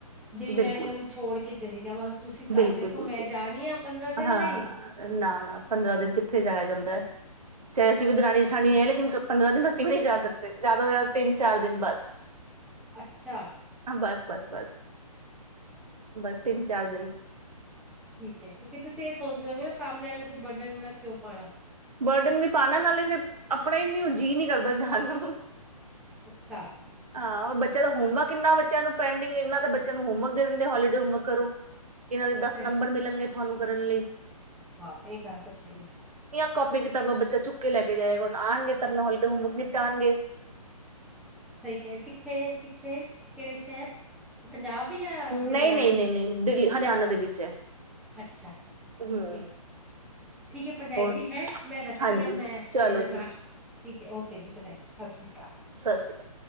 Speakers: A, in the centre; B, on the right (about 70°).
A: ਜਿਹੜੀ
B: ਬਿਲਕੁਲ
A: ਮੈਂ ਇਹਨਾਂ ਨੂੰ ਛੋੜ ਕੇ ਚਲੀ ਜਾਵਾਂ ਹੁਣ ਤੁਸੀਂ
B: ਬਿਲਕੁਲ
A: ਘਰ ਦੇਖੋ
B: ਬਿਲਕੁਲ
A: ਮੈਂ ਜਾ ਰਹੀ ਹਾਂ ਪੰਦਰਾਂ ਦਿਨ
B: ਹਾਂ
A: ਲਈ
B: ਨਾ ਨਾ ਪੰਦਰਾਂ ਦਿਨ ਕਿੱਥੇ ਜਾਇਆ ਜਾਂਦਾ ਏ ਚਾਹੇ ਅਸੀਂ ਵੀ ਦਰਾਨੀ ਜਠਾਣੀ ਹੈ ਲੇਕਿਨ ਪੰਦਰਾਂ ਦਿਨ ਅਸੀਂ ਵੀ ਨਹੀਂ ਜਾ ਸਕਦੇ ਜ਼ਿਆਦਾ ਤੋਂ ਜ਼ਿਆਦਾ ਤਿੰਨ ਚਾਰ ਦਿਨ ਬਸ
A: ਅੱਛਾ
B: ਹਾਂ ਬਸ ਬਸ ਬਸ ਬਸ ਤਿੰਨ ਚਾਰ ਦਿਨ
A: ਠੀਕ ਹੈ ਫੇਰ ਤੁਸੀਂ ਇਹ ਸੋਚਦੇ ਹੋਗੇ ਨਾ ਸਾਹਮਣੇ ਵਾਲੇ ਤੇ ਬਰਡਨ ਨਾ ਕਿਉਂ ਪਾਣਾ
B: ਬਰਡਨ ਵੀ ਪਾਣਾ ਨਾਲੇ ਫਿਰ ਆਪਣਾ ਹੀ ਨੀ ਹੁਣ ਜੀਅ ਨਹੀਂ ਕਰਦਾ ਜਾਣ ਨੂੰ
A: ਅੱਛਾ
B: ਹਾਂ ਬੱਚਿਆਂ ਦਾ ਹੋਮਵਰਕ ਇੰਨਾ ਬੱਚਿਆਂ ਨੂੰ ਪੈਂਡਿੰਗ ਇੰਨਾ ਤੇ ਬੱਚਿਆਂ ਨੂੰ ਹੋਮਵਰਕ ਦੇ ਦਿੰਦੇ ਹੋਲੀਡੇ ਹੋਮਵਰਕ ਕਰੋ। ਇਹਨਾਂ ਦੇ
A: ਸਹੀ
B: ਦਸ ਨੰਬਰ ਮਿਲਣਗੇ ਤੁਹਾਨੂੰ ਕਰਨ ਲਈ
A: ਹਾਂ ਇਹ ਗਲ ਤਾਂ ਸਹੀ ਏ
B: ਕਾਪੀ ਕਿਤਾਬ ਬੱਚਾ ਚੁੱਕ ਕੇ ਲੈ ਕੇ ਜਾਏਗਾ ਉਹਨੂੰ ਆਣਗੇ ਤਾਂ ਆਪਣਾ ਹੋਲੀਡ ਹੋਮਵਰਕ ਨਿਪਟਾਉਣਗੇ।
A: ਸਹੀ ਕਹਿ ਕਿੱਥੇ ਕਿੱਥੇ ਕਿਹੜੇ ਸ਼ਹਿਰ <inaudible> ਪੰਜਾਬ ਯਾ
B: ਨਹੀਂ
A: ਹਰਿਆਣਾ
B: ਨਹੀਂ
A: ਵਿੱਚ
B: ਨਹੀਂ ਨਹੀਂ ਦਿੱਲੀ ਹਰਿਆਣਾ ਦੇ ਵਿੱਚ ਹੈ।
A: ਅੱਛਾ
B: ਹੂੰ
A: ਠੀਕ ਠੀਕ ਭਰਜਾਈ
B: ਹੋਰ
A: ਜੀ ਹੈ ਮੈਂ ਰੱਖਣੀ
B: ਹਾਂਜੀ
A: ਆ ਮੈਂ
B: ਚਲੋ
A: ਫਿਰ
B: ਜੀ
A: ਨਾਸ਼ ਠੀਕ ਹੈ ਓਕੇ ਜੀ ਭਰਜਾਈ ਜੀ ਸਤਿ ਸ੍ਰੀ ਅਕਾਲ।
B: ਸ੍ਰੀ ਅਕਾਲ।